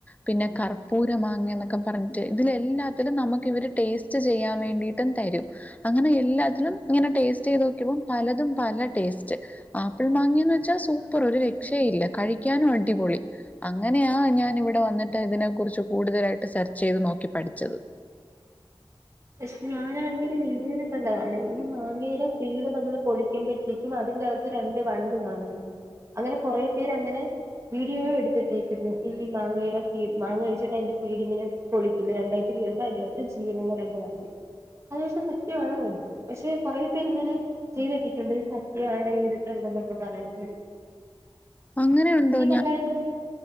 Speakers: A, on the left (about 15°); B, on the right (about 30°).
A: പിന്നെ കർപ്പൂര മാങ്ങ എന്നൊക്കെ പറഞ്ഞിട്ട് ഇതിലെല്ലാത്തിലും നമുക്ക് ഇവര് ടേസ്റ്റ് ട്ടേസ്റ്റ് ചെയാൻ വേണ്ടിട്ടും തരും അങ്ങനെ എല്ലാത്തിലും ഇങ്ങനെ ടേസ്റ്റ് ചെയ്ത് നോക്കിയപ്പോ പലതും പല ടേസ്റ്റ് ആപ്പിൾ മാങ്ങിയന്ന് വെച്ചാൽ സൂപ്പർ ഒരു രക്ഷ ഇല്ല കഴിക്കാനും അടിപൊളി അങ്ങനെയാ ഞാൻ ഇവിടെ വന്നിട്ട് ഇതിനെ കുറിച്ച് കൂടുതലായിട്ട് സെർച്ച് ചെയ്ത് നോക്കി പഠിച്ചത്
B: പക്ഷെ ഞാനാണെങ്കിൽ ഒരു വീഡിയോൽ കണ്ടതാണ് ഈ മാങ്ങയുടെ സീട് നമ്മള് പൊളിക്കുമ്പോൾ പൊളിക്കുമ്പോത്തിനും അതിന്റെകത്ത് രണ്ട് വണ്ട് കാണണ്ട് അങ്ങനെ കൊറെ പേരങ്ങനെ വീഡിയോ എടുത്തിട്ടേക്കുന്നു ഈ മാങ്ങയുടെ സീഡ മാങ്ങ കഴിച്ചിട്ട് അതിന്റെ സീഡിങ്ങനെ പൊളിക്കുന്ന രണ്ടായിട്ട് എന്നിട്ട് അതിന്റെകത്ത് ജീവനുള്ള രണ്ട് വണ്ട് അത് പക്ഷേ സത്യമാണോ എന്തോ പക്ഷേ കുറെ പേര്ങ്ങനെ ചെയ്ത് ഇട്ടിട്ടുണ്ട് സത്യാണ് ഇങ്ങനെ ഒകെ ഉണ്ട് പറഞ്ഞ്ട്ട്
A: അങ്ങനെയുണ്ടോ
B: കണ്ടായിരുന്നോ
A: ഞാന്